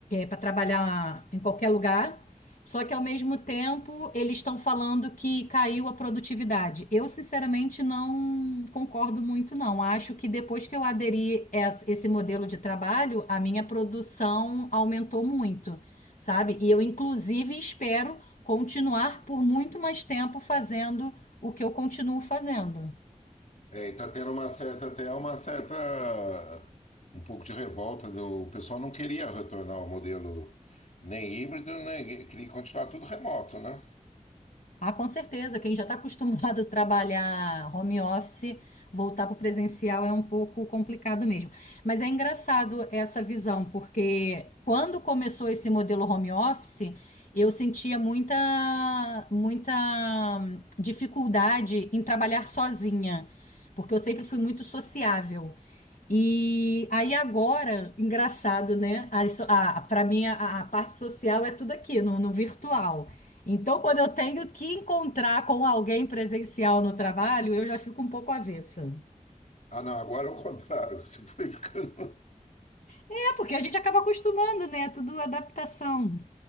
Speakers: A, on the left; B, on the left.
A: para trabalhar em qualquer lugar, só que ao mesmo tempo eles estão falando que caiu a produtividade. Eu, sinceramente, não concordo muito, não. Acho que depois que eu aderi es- esse modelo de trabalho, a minha produção aumentou muito, sabe? E eu, inclusive, espero continuar por muito mais tempo fazendo o que eu continuo fazendo.
B: É, e tá tendo uma certa, até uma certa, um pouco de revolta. do- O pessoal não queria retornar ao modelo nem híbrido, nem queria continuar tudo remoto, né?
A: Ah, com certeza, quem já está acostumado a trabalhar home office, voltar para o presencial é um pouco complicado mesmo. Mas é engraçado essa visão, porque quando começou esse modelo home office, eu sentia muita, muita dificuldade em trabalhar sozinha, porque eu sempre fui muito sociável. E aí agora, engraçado, né? A, isso- a, para mim, a, a parte social é tudo aqui, no, no virtual. Então, quando eu tenho que encontrar com alguém presencial no trabalho, eu já fico um pouco avessa.
B: Ah, não, agora é o contrário. <laughs> Você foi ficando.
A: É, porque a gente acaba acostumando, né? Tudo adaptação.